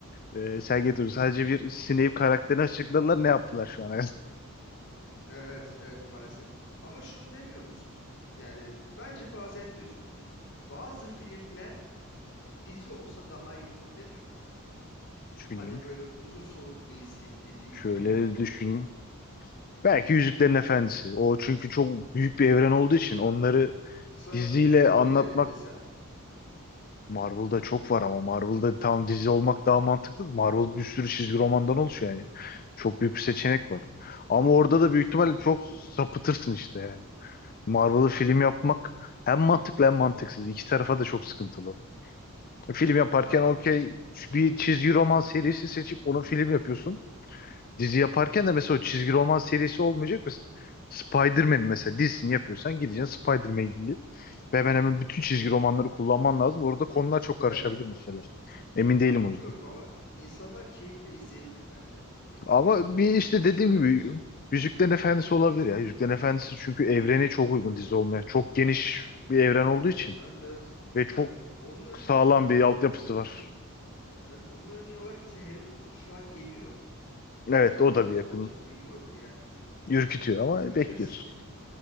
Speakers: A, on the left (about 40°); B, on the left (about 55°).
A: e, Sergey Dostoyevski sadece bir Snape karakterini açıkladılar. Ne yaptılar şu an?
B: Evet, evet maalesef. Ama şunu demiyor musun? Yani bence bazen diyorsun. Bazı filmler dizi olsa daha iyi olur demiyor musun?
A: <laughs> Düşüneyim.
B: Hani böyle uzun soluklu izleyeyim dediğin
A: Şöyle
B: bir film yok
A: düşüneyim.
B: mu?
A: Belki Yüzüklerin Efendisi. O çünkü çok büyük bir evren olduğu için onları
B: Peki sana
A: diziyle
B: Marvel
A: anlatmak
B: evreni desem
A: Marvel'da çok var ama Marvel'da tam dizi olmak daha mantıklı. Marvel bir sürü çizgi romandan oluşuyor yani. Çok büyük bir seçenek var. Ama orada
B: ama
A: da büyük
B: çok
A: ihtimalle
B: güzel olur.
A: çok sapıtırsın işte yani. Marvel'ı film yapmak hem mantıklı hem mantıksız. İki tarafa da çok sıkıntılı. Film yaparken
B: Ya
A: okey bir çizgi roman serisi seçip onu film yapıyorsun. Dizi yaparken
B: Hı hı.
A: de mesela o çizgi roman serisi olmayacak. Mesela Spider-Man mesela dizisini yapıyorsan gideceksin Spider-Man'le ilgili. Ve hemen hemen bütün çizgi romanları kullanman lazım. Orada konular çok karışabilir
B: evet.
A: mesela. Emin değilim
B: Ya bilmiyorum
A: o yüzden.
B: ama insanlar keyifle izleyebilir bence. Bilmiyorum.
A: Ama bir işte
B: Düşünülebilir.
A: dediğim gibi Yüzüklerin Efendisi olabilir ya. Yüzüklerin Efendisi çünkü evrene çok uygun dizi olmaya. Çok geniş bir evren olduğu için.
B: Evet evet.
A: Ve çok
B: Evet. Onun örneği
A: sağlam
B: olarak
A: bir altyapısı var.
B: evet onun örneği olarak mesela Harry Potter şu an geliyor.
A: Evet
B: Yani
A: o da
B: nasıl
A: bir yakın.
B: olacak bilmiyorum yani.
A: Ürkütüyor ama
B: Göreceğiz.
A: bekliyorsun.